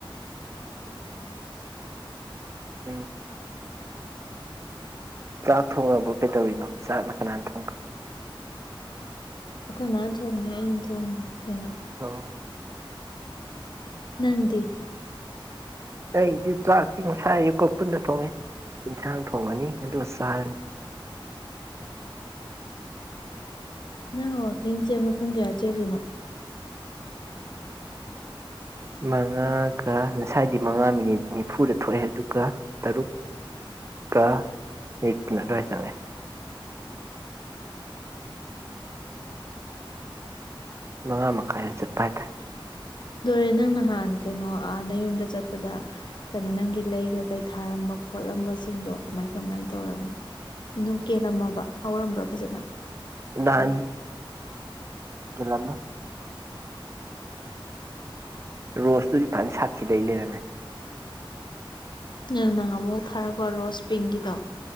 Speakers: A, on the left (about 55°); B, on the right (about 30°).
A: ꯐꯔꯦ ꯐꯔ‌ꯦ
B: ꯎꯝ ꯆꯥꯛ ꯊꯣꯡꯉꯕ꯭ꯔꯣ ꯀꯩꯗꯧꯔꯤꯅꯣ ꯆꯥꯛꯅ ꯀꯅꯥꯅ ꯊꯣꯡꯈ꯭ꯔꯕ
A: ꯑꯩꯈꯣꯏ ꯃꯥ ꯊꯣꯡꯉꯦ ꯑꯩꯅ ꯊꯣꯡꯗꯦ ꯀꯩꯅꯣ
B: ꯑ‌ꯣ
A: ꯅꯪꯗꯤ
B: ꯑꯩꯗꯤ ꯆꯥꯛꯇꯤ ꯉꯁꯥꯏꯌꯨꯀꯣ ꯄꯨꯟꯅ ꯊꯣꯡꯉꯦ ꯌꯦꯟꯁꯥꯡ ꯊꯣꯡꯉꯅꯤ ꯑꯗꯨꯒ ꯆꯥꯔꯅꯤ
A: ꯅꯪ ꯋꯥꯋꯥꯛꯀꯤꯡꯁꯦ ꯃ ꯄꯨꯡ ꯀꯌꯥ ꯆꯦꯜꯂꯤꯅꯣ
B: ꯃꯉꯥꯒ ꯉꯁꯥꯏꯗꯤ ꯃꯉꯥ ꯃꯤꯅꯤꯠ ꯅꯤꯐꯨꯗ ꯊꯣꯛꯑꯦ ꯑꯗꯨꯒ ꯇꯔꯨꯛꯀ ꯃꯤꯅꯤꯠꯨ ꯑꯗꯨꯋꯥꯏꯗ ꯆꯪꯉꯦ ꯉꯉꯥ ꯃꯈꯥꯏꯗ ꯆꯠꯄ ꯍꯥꯏ ꯇꯥꯏ
A: ꯗꯣꯔꯦ ꯅꯪ ꯅꯍꯥꯟ ꯀꯩꯅꯣ ꯅ ꯌꯨꯝꯗ ꯆꯠꯄꯗ ꯀꯩꯅꯣ ꯅꯪꯒꯤ ꯂꯩꯒ ꯀꯩ ꯊꯥꯔꯝꯕ ꯈꯣꯠꯂꯝꯕꯁꯤꯡꯗꯣ ꯀꯃꯥꯏ ꯀꯃꯥꯏꯅ ꯇꯧꯔꯝꯃꯤ ꯑꯗꯨꯝ ꯀꯦꯜꯂꯝꯃꯕ ꯍꯧꯔꯝꯕ꯭ꯔꯥ ꯐꯖꯅ
B: ꯅꯍꯥꯟ ꯀꯂꯝꯃꯦ ꯔꯣꯁꯇꯨꯗꯤ ꯐꯅ ꯁꯥꯠꯈꯤꯗꯩ ꯂꯩꯔꯝꯃꯦ
A: ꯅꯪ ꯅꯍꯥꯟ ꯑꯃꯨ ꯊꯔꯛꯄ ꯔꯁ ꯄꯤꯒꯤꯗ